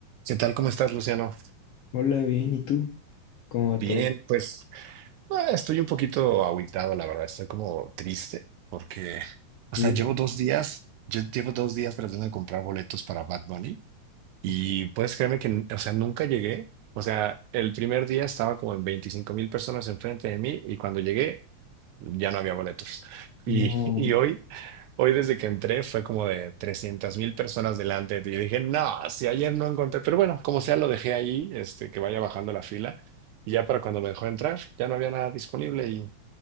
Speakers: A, on the right (about 80°); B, on the left (about 65°).
A: ¿Qué tal? ¿Cómo estás, Luciano?
B: Hola, bien, ¿y tú? ¿Cómo va
A: Bien,
B: todo?
A: pues eh, estoy un poquito agüitado, la verdad. Estoy como triste porque, o
B: Y
A: sea,
B: eso,
A: llevo dos días, yo llevo dos días tratando de comprar boletos para Bad Bunny y
B: ok,
A: puedes creerme que, n- o sea, nunca llegué. O sea, el primer día estaba como en veinticinco mil personas enfrente de mí y cuando llegué ya no había boletos. Y,
B: no,
A: y hoy Hoy desde que entré fue como de trescientas mil personas delante de ti. Y dije, no, si ayer no encontré, pero bueno, como sea, lo dejé ahí, este, que vaya bajando la fila. Y ya para cuando me dejó entrar, ya no había nada disponible y,